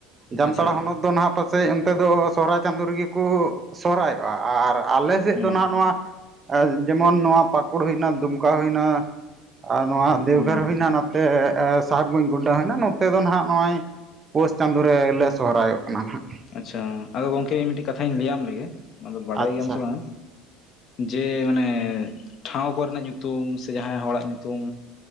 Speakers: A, on the right; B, on the left.
A: ᱡᱟᱱᱛᱟᱲᱟ
B: ᱟᱪᱪᱷᱟ
A: ᱦᱚᱱᱚᱛ ᱫᱚ ᱱᱟᱦᱟᱜ ᱯᱟᱥ ᱥᱮ ᱚᱱᱛᱮ ᱫᱚ ᱥᱚᱦᱦᱟᱭ ᱪᱟᱸᱫᱳ ᱨᱮᱜᱮ ᱠᱚ ᱥᱚᱦᱨᱟᱭᱚᱜᱼᱟ ᱟᱨ ᱟᱞᱮ ᱥᱮᱫ
B: ᱦᱩᱸ
A: ᱫᱚ ᱱᱟᱦᱟᱜ ᱱᱚᱣᱟ ᱡᱮᱢᱚᱱ ᱱᱚᱣᱟ ᱯᱟᱠᱩᱲ ᱦᱩᱭᱮᱱᱟ ᱫᱩᱢᱠᱟ ᱦᱩᱭᱱᱟ ᱟᱨ ᱱᱚᱣᱟ ᱫᱮᱣᱜᱷᱚᱨ
B: ᱦᱩᱸ
A: ᱦᱩᱭᱱᱟ ᱱᱚᱛᱮ ᱥᱟᱦᱮᱵᱽᱜᱚᱸᱧᱡᱽ ᱜᱚᱱᱰᱟ ᱦᱩᱭᱱᱟ ᱱᱚᱛᱮ ᱫᱚ ᱱᱟᱸᱜ ᱱᱚᱜᱼᱚᱭ ᱯᱳᱥ ᱪᱟᱸᱫᱳ ᱨᱮᱞᱮ ᱥᱚᱦᱨᱟᱭᱚᱜ ᱠᱟᱱᱟ ᱱᱟᱦᱟᱜ
B: ᱟᱪᱪᱷᱟ ᱟᱫᱚ ᱜᱚᱝᱠᱮ ᱤᱧ ᱢᱤᱫᱴᱤᱡ ᱠᱟᱛᱷᱟᱧ ᱞᱟᱹᱭᱟᱢ ᱞᱮᱜᱮ ᱚᱱᱟ ᱫᱚ ᱵᱟᱰᱟᱭ
A: ᱟᱪᱪᱷᱟ
B: ᱜᱮᱭᱟᱢ ᱥᱮ ᱵᱟᱝ ᱡᱮ ᱢᱟᱱᱮ ᱴᱷᱟᱶ ᱠᱚᱨᱮᱱᱟᱜ ᱧᱩᱛᱩᱢ ᱥᱮ ᱡᱟᱦᱟᱸᱭ ᱦᱚᱲᱟᱜ ᱧᱩᱛᱩᱢ